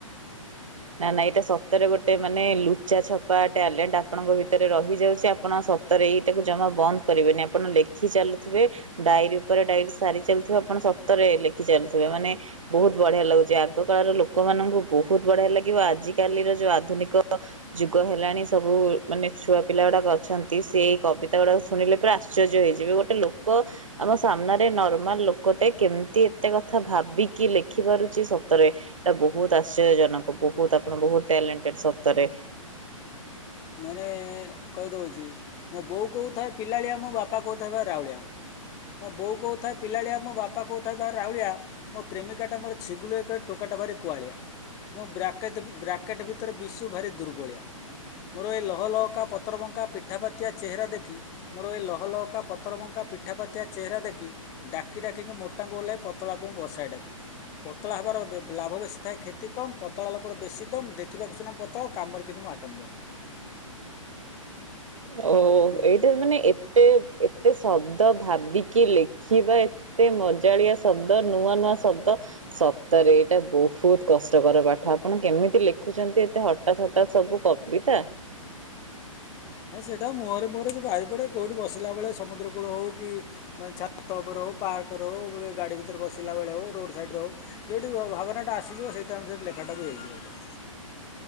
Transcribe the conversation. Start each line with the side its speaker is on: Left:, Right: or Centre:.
Right: ନା ନା ଏଇଟା ସତରେ ଗୋଟେ ମାନେ ଲୁଚା ଛପା ଟ୍ୟାଲେଣ୍ଟ ଆପଣଙ୍କ ଭିତରେ ରହିଯାଉଛି ଆପଣ ସତରେ ଏଇଟାକୁ ଜମା ବନ୍ଦ କରିବେନି ଆପଣ ଲେଖି ଚାଲୁଥିବେ ଡ଼ାଇରୀ ଉପରେ ଡ଼ାଇରୀ ସାରି ଚାଲୁଥିବେ ଆପଣ ସତରେ ଲେଖି ଚାଲୁଥିବେ ମାନେ ବହୁତ ବଢିଆ ଲାଗୁଛି ଆଗ କାଳର ଲୋକମାନଙ୍କୁ ବହୁତ ବଢିଆ ଲା କି ଆଜିକାଲିର ଯୋଉ ଆଧୁନିକ ଯୁଗ ହେଲାଣି ସବୁ ମାନେ ଛୁଆ ପିଲା ଗୁଡାକ ଅଛନ୍ତି ସେ କବିତା ଗୁଡାକ ଶୁଣିଲେ ପୁରା ଆଶ୍ଚର୍ଯ୍ୟ ହେଇଯିବେ ଗୋଟେ ଲୋକ ଆମ ସାମ୍ନାରେ ନର୍ମାଲ ଲୋକଟେ କେମିତି ଏତେ କଥା ଭାବିକି ଲେଖିପାରୁଛି ସତରେ ଏଇଟା ବହୁତ ଆଶ୍ଚର୍ଯ୍ୟଜନକ ବହୁତ ଆପଣ ବହୁତ ଟ୍ୟାଲେଣ୍ଟେଡ ସତରେ।
Left: ମାନେ କହିଦେଉଛି ମୋ ବୋଉ କହୁଥାଏ ପିଲାଳିଆ ମୋ ବାପା କହୁଥାଇଥିବା ବା ରାଉଳିଆ ମୋ ବୋଉ କହୁଥାଏ ପିଲାଳିଆ ମୋ ବାପା କହୁଥାଏ ବା ରାଉଳିଆ ମୋ ପ୍ରେମିକାଟା ମୋର ଛିଗୁଲ ଏକ ଟୋକାଟା ଭାରି କୁଆଳିଆ ମୋ ବ୍ରାକେଟ୍ ବ୍ରାକେଟ୍ ଭିତରେ ବିଶୁ ଭାରି ଦୁର୍ବଳିଆ। ମୋର ଏଇ ଲହଲହକା ପତରବଙ୍କା ପିଠାପାତିଆ ଚେହେରା ଦେଖି ମୋର ଏଇ ଲହଲହକା ପତରବଙ୍କା ପିଠାପାତିଆ ଚେହେରା ଦେଖି ଡାକି ଡାକିକି ମୋଟାଙ୍କୁ ଓହ୍ଲାଏ ପତଳାକୁ ମୁଁ ବସାଇ ଡାକି ପତଳା ହେବାର ଲାଭ ବେଶୀ ଥାଏ କ୍ଷତି କମ୍ ପତଳା ଲୋକର ବେଶୀ ଦମ୍ ଦେଖିବାକୁ ସିନା ପତଳା ଆଉ କାମରେ କିନ୍ତୁ ମୁଁ ଆଟମ୍ବମ।
Right: ଓ
Left: ହେଲା
Right: ଏଇଟା ମାନେ ଏତେ ଏ ଏତେ ଶବ୍ଦ ଭାବିକି ଲେଖିବା ଏତେ ମଜାଳିଆ ଶବ୍ଦ ନୂଆ ନୂଆ ଶବ୍ଦ ସତରେ ଏଇଟା ବହୁତ କଷ୍ଟକର ପାଠ ଆପଣ କେମିତି ଲେଖୁଛନ୍ତି ଏତେ ହଠାତ୍ ହଠତ୍ ସବୁ କବିତା
Left: ହଁ ସେଇଟା ମୁହଁରେ ମୁହଁରେ ବାହାରି ପଡ଼େ କେଉଁଠି ବସିଲା ବେଳେ ସମୁଦ୍ର କୂଳ ହଉ କି ମାନେ ଛାତ ଉପରେ ହଉ। ପାର୍କ ରେ ହୋଉ ଗାଡି ଭିତରେ ବସ ଥିଲାବେଳେ ହେଉ ରୋଡ଼ ସାଇଡ଼ରେ ହେଉ ଯେଉଁଠି ଭାବନାଟା ଆସିଯିବ ସେଇ ଟାଇମ୍ ସେ ଲେଖାଟା ବି ହେଇଯିବ।